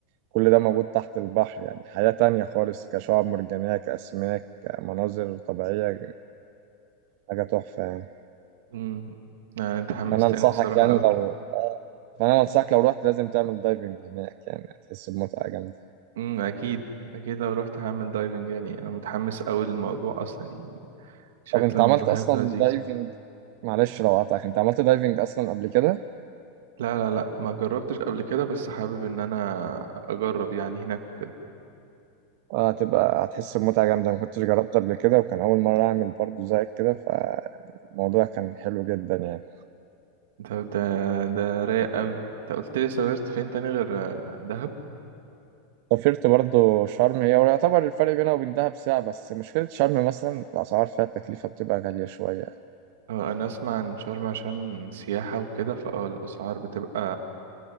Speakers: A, on the right (about 55°); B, on the right (about 80°).
A: كل ده موجود تحت البحر يعني حياة تانية خالص كشعاب مرجانية كأسماك كمناظر طبيعية حاجة تحفة يعني
B: امم يعني أنت حمستني
A: فأنا أنصحك
B: الصراحة
A: يعني
B: قوي
A: لو آه، فأنا أنصحك لو رحت لازم تعمل دايفنج هناك يعني هتحس بمتعة جامدة
B: امم أكيد أكيد لو رحت هعمل دايفنج يعني أنا متحمس قوي للموضوع أصلا يعني شكل
A: طب أنت
B: الموضوع
A: عملت أصلا
B: هيبقى لذيذ
A: دايفنج معلش لو قطعك أنت عملت دايفنج أصلا قبل كده؟
B: لا لا لا ما جربتش قبل كده بس حابب ان انا اجرب يعني هناك وكده
A: اه هتبقى هتحس بمتعة جامدة ما كنتش جربت قبل كده وكان أول مرة أعمل برضو زيك كده فالموضوع كان حلو جدا يعني
B: ده ده ده رايق قوي انت قلت لي سافرت فين تاني غير آه، دهب
A: سافرت برضو شرم هي ويعتبر الفرق بينها وبين دهب ساعة بس مشكلة شرم مثلا الأسعار فيها التكلفة بتبقى غالية شوية
B: آه، انا اسمع عن شرم عشان سياحة وكده فاه الاسعار بتبقى